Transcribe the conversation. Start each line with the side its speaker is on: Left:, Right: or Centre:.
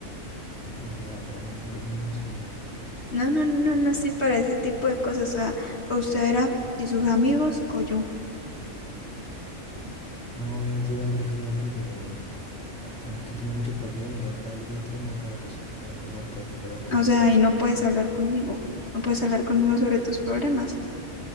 Centre: Ya, pero amor, no te pongas así.
Left: no, no, no, no estoy para ese tipo de cosas, o sea, o usted era y sus amigos o yo,
Centre: No, obviamente te voy a preferir a ti, pero ah, bueno, es que he tenido muchos problemas y la verdad quería distraerme un rato, eso es todo. Perdón por, perdón por no
Left: o
Centre: avisarte.
Left: sea, y no puedes hablar conmigo, no puedes hablar conmigo sobre tus problemas.